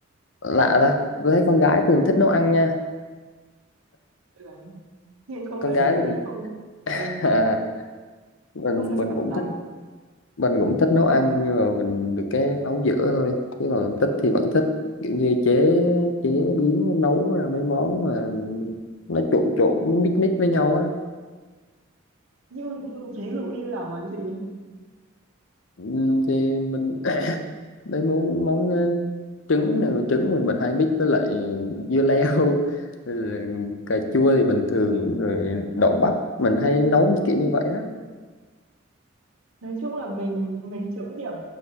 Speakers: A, on the left; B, on the right.
A: lạ ta tôi thấy con gái thường thích nấu ăn nha
B: Ừ. Nhưng không
A: con
B: phải
A: gái
B: mình
A: thường
B: mình
A: <laughs>
B: không ừ,
A: à, mình
B: không được
A: mình
B: khéo
A: cũng
B: tay.
A: thích mình cũng thích nấu ăn nhưng mà mình được cái nấu dở thôi chứ còn thích thì vẫn thích kiểu như chế chế biến nấu ra mấy món mà nó trộn trộn mix mix với nhau á
B: như như ví dụ như là món gì
A: Ừm, thì mình <coughs> <clears throat> mấy món món ờ, trứng này trứng mình mình hay mix với lại dưa leo <laughs> rồi cà chua thì bình thường rồi đậu bắp mình hay nấu kiểu như vậy á
B: nói chung là mình mình chấm điểm